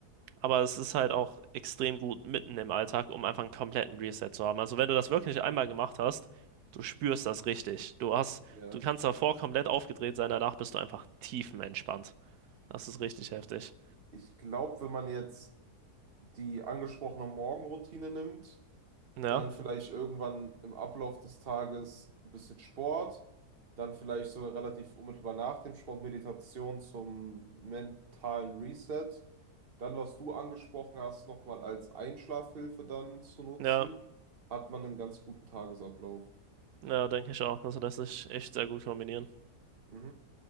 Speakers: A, on the right; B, on the right.
A: Aber es ist halt auch extrem gut mitten im Alltag, um einfach einen kompletten Reset zu haben. Also wenn du das wirklich
B: Mhm.
A: einmal gemacht hast, du spürst das richtig. Du hast,
B: Ja.
A: du kannst davor komplett aufgedreht sein, danach bist du einfach tiefenentspannt. Das ist richtig heftig.
B: Ich glaube, wenn man jetzt die angesprochene Morgenroutine nimmt,
A: Ja,
B: dann vielleicht irgendwann im Ablauf des Tages ein bisschen Sport, dann vielleicht sogar relativ unmittelbar nach dem Sport Meditation zum mentalen Reset, dann was du angesprochen hast, nochmal als Einschlafhilfe dann zu nutzen,
A: ja,
B: hat man einen ganz guten Tagesablauf.
A: ja, denke ich auch. Also lässt sich echt sehr gut kombinieren.
B: Mhm.